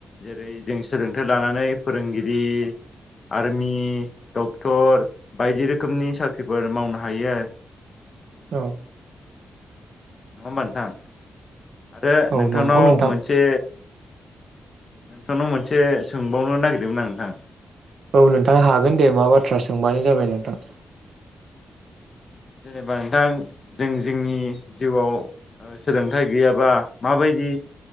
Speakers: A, on the left; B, on the right.
A: जेरै जों सोलोंथाइ लानानै फोरोंगिरि आरमि डक्टर बायदि रोखोमनि सा फोर मावनो हायो आरो
B: औ।
A: मामोन नोंथां? आरो
B: औ
A: नोंथांनाव
B: नंगौ नोंथां
A: मोनसे नोंथांनाव मोनसे सोंबावनो नागिरदोंमोन आं नोंथां
B: औ नोंथां हागोन दे मा बाथ्रा सोंबानो जाबाय नोंथां।
A: जेनेबा नोंथां जों जोंनि जिउवाव सोलोंथाइ गैयाबा माबायदि